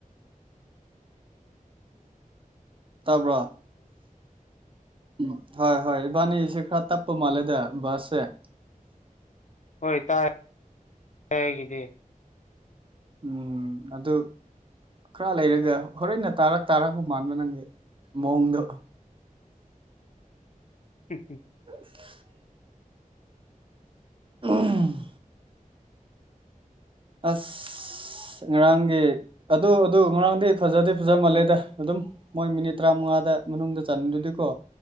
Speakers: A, on the right (about 40°); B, on the left (about 60°).
A: ꯇꯥꯕ꯭ꯔꯣ? ꯎꯝ ꯍꯣꯏ ꯍꯣꯏ ꯏꯕꯥꯅꯤꯒꯤꯁꯤ ꯈꯔ ꯇꯞꯄ ꯃꯥꯜꯂꯦꯗ ꯕꯥꯁꯁꯦ ꯫
B: ꯍꯣꯏ ꯇꯥꯏ ꯑꯩꯒꯤꯗꯤ
A: ꯎꯝ ꯑꯗꯨ ꯈꯔ ꯂꯩꯔꯒ ꯍꯣꯔꯦꯟꯅ ꯇꯥꯔꯛ ꯇꯥꯔꯛꯄ ꯃꯥꯟꯕ ꯅꯪꯒꯤ ꯃꯑꯣꯡꯗꯣ
B: <unintelligible>
A: <unintelligible> ꯎꯝ ꯑꯁ! ꯑꯁ ꯉꯔꯥꯡꯒꯤ ꯑꯗꯨ ꯑꯗꯨ ꯉꯔꯥꯡꯗꯤ ꯐꯖꯗꯤ ꯐꯖ ꯃꯥꯜꯂꯦꯗ ꯑꯗꯨꯝ ꯃꯣꯏ ꯃꯤꯅꯤꯠ ꯇꯔꯥꯃꯉꯥꯗ ꯃꯅꯨꯡꯗ ꯆꯟꯗ꯭ꯔꯗꯤ ꯀꯣ